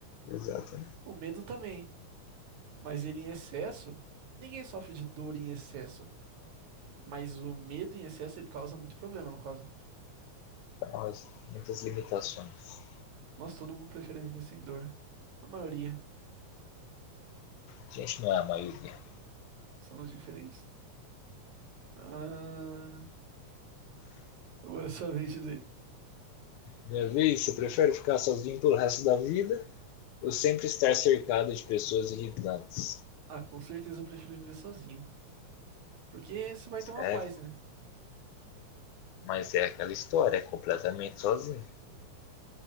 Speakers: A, on the left; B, on the right.
A: Exato.
B: O medo também. Mas ele em excesso. Ninguém sofre de dor em excesso. Mas o medo em excesso, ele causa muito problema, no caso.
A: Então, muitas limitações.
B: Nossa, todo mundo prefere viver sem dor. A maioria
A: A gente não é a maioria.
B: são os diferentes. Ah, agora é sua vez de ler.
A: Minha vez, você prefere ficar sozinho pelo resto da vida ou sempre estar cercado de pessoas irritantes?
B: Ah, com certeza eu prefiro viver sozinho. Porque você vai ter uma
A: É,
B: paz, né?
A: mas é aquela história, é completamente sozinho.